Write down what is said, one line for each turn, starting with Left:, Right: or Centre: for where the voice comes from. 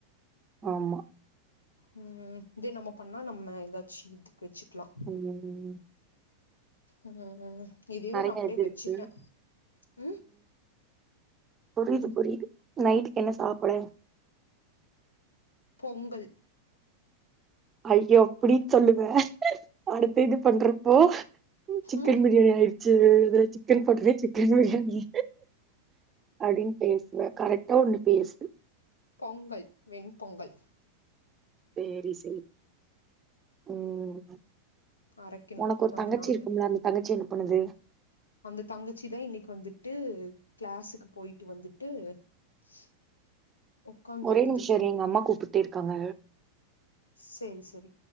Right: ஆமா
Left: ம் இது நம்ம பண்ணா நம்ம எதாச்சு இதுக்கு வச்சுக்களா
Right: <inaudible>
Left: ம் ம் ம் இதயு
Right: நெறைய
Left: நா அப்டியே
Right: இது
Left: வச்சுட்டே
Right: இருக்கு
Left: ம்
Right: புரியுது
Left: ம்
Right: புரியுது நைட்டுக்கு என்ன சாப்டு
Left: பொங்கல்
Right: ஐயோ அப்டி சொல்லுவ அடுத்த இது பண்றப்போ சிக்கன்
Left: ம்
Right: பிரியாணி ஆயிடுச்சு இ சிக்கன் பொட்ட ஒன்னே சிக்கன் பிரியாணி அப்டின்னு பேசுவ கரெக்டா ஒண்ணு பேசு
Left: பொங்கல் வெண் பொங்கல்
Right: செரி செ ம்
Left: அரைக்கணு
Right: உனக்கு ஒரு
Left: அதனால
Right: தங்கச்சி இருக்கும்ல்லா அந்த தங்கச்சி என்ன பண்ணுது
Left: அந்த தங்கச்சி தா இன்னைக்கு வந்துட்டு கிளாஸ்சுக்கு போய்ட்டு வந்துட்டு <inaudible> உக்காந்துருக்குது
Right: ஒரே நிமிஷம்இரு எங்க அம்மா கூப்ட்டே இருக்காங்க
Left: சேரி சேரி